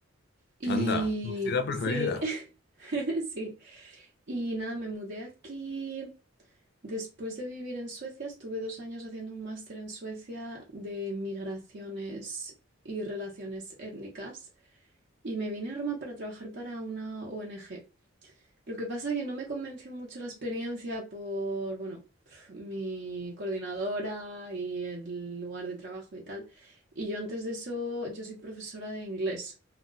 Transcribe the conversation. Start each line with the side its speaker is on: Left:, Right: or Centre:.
Right: y...
Left: Anda, tu ciudad preferida.
Right: Sí, <laughs> sí. Y nada, me mudé aquí. Después de vivir en Suecia, estuve dos años haciendo un máster en Suecia de migraciones y relaciones étnicas. Y me vine a Roma para trabajar para una ONG. Lo que pasa que no me convenció mucho la experiencia por, bueno, <sniffs> mi coordinadora y el lugar de trabajo y tal. Y yo antes de eso, yo soy profesora de inglés.